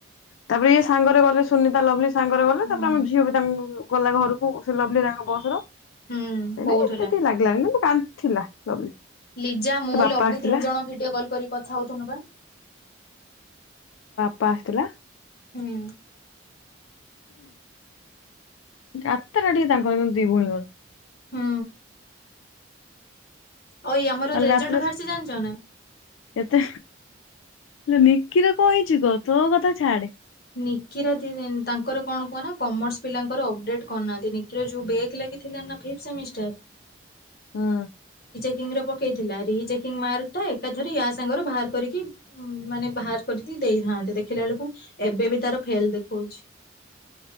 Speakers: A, on the left; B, on the left.
A: ତାପରେ ଇଏ ସାଙ୍ଗରେ ଗଲେ ସୁନିତା, ଲଭଲି ସାଙ୍ଗରେ ଗଲେ
B: ହୁଁ।
A: ତାପରେ ଆମ ଝିଅ ବି ତାଙ୍କୁ ଗଲା ଘରକୁ, ସେ ଲଭଲି ତାଙ୍କ ବସ ରେ
B: ହୁଁ
A: ସେଇ
B: କହୁଥିଲା
A: ନାଗି ଲାଗ ନା କାନ୍ଦଥିଲା ଲଭଲି।
B: ଲିଜା ମୁଁ
A: ତା ବାପା
B: ଲଭଲି
A: ଆସିଥିଲା
B: ତିନି ଜଣ ଭିଡିଓ କଲ କରି କଥା ହଉଥିଲୁ ବା।
A: ପା ଆସିଥିଲା।
B: ହୁଁ।
A: ଯାତ୍ରା ଟିକେ ତାଙ୍କର ଦି ଭଉଣୀଙ୍କର।
B: ହୁଁ। ଓଇ ଆମର
A: କାଲି
B: ରେଜଲ୍ଟ
A: ରାତିରେ
B: ବାହାରିଛି ଜାଣିଛ ନା?
A: ଏତେ ଲୋ ନିଖିର କଣ ହେଇଛି କ ତୋ କଥା ଛାଡେ।
B: ନିକିର ତାଙ୍କର କଣ କହନା କମର୍ସ ପିଲାଙ୍କର ଅପେଟ କରନାହାନ୍ତି। ନିକିର ଯୋଉ ବ୍ୟାକ ଲାଗିଥିଲା ଫିଫ୍ଟ ସେମିଷ୍ଟର
A: ହୁଁ।
B: ଚେକିଂରେ ପକେଇଥିଲା ରିଚେକିଂ ମାର୍କ ଟା ଏକାଥର ୟା ସାଙ୍ଗରେ ବାହାର କରିକି ମାନେ ବାହାର କରିକି ଦେଇଥାନ୍ତେ। ଦେଖିଲା ବେଳକୁ ଏବେ ବି ତାର ଫେଲ ଦେଖେଉଛି।